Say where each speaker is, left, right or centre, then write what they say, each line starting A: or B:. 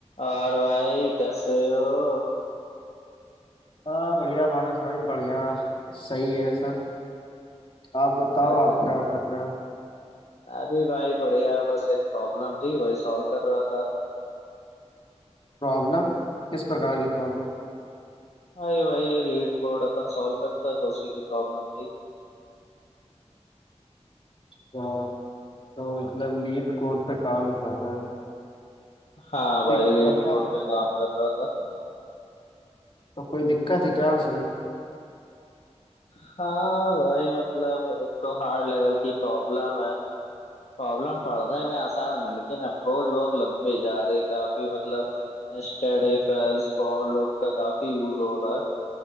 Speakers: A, on the left; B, on the left.
A: और भाई कैसे हो
B: हाँ बढ़िया मानस भाई बढ़िया सही है सब आप बताओ
A: क्या कर
B: आप
A: रहे
B: क्या
A: हो?
B: कर रहे हो
A: मैं भी भाई बढ़िया बस एक प्रॉब्लम थी वही सॉल्व कर रहा था
B: प्रॉब्लम किस प्रकार की प्रॉब्लम
A: भाई वही लीड कोड अपन सॉल्व करता तो उसी की प्रॉब्लम थी
B: तो, तो मतलब लीड कोड पे काम कर रहे हो
A: हाँ भाई
B: दिक
A: लीड
B: बता
A: कोड पे काम कर रहा था
B: तो कोई दिक्कत है क्या उसमें
A: हाँ भाई मतलब एक तो हार्ड लेवल की प्रॉब्लम है प्रॉब्लम पढ़ने में आसान है लेकिन अप्रोच बहुत लंबी जा रही काफी मतलब nested if else for loop का काफी यूज हो रहा है